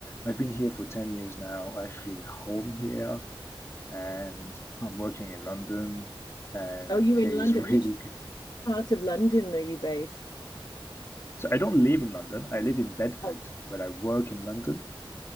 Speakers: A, on the left; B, on the left.
A: I've been here for ten years now. I feel at home here. and I'm working in London and
B: Oh, you're
A: the pay
B: in London.
A: is <laughs> really
B: Which
A: good.
B: part of London are you based?
A: So I don't live in London. I live in Bedford,
B: Oh,
A: but I work in London.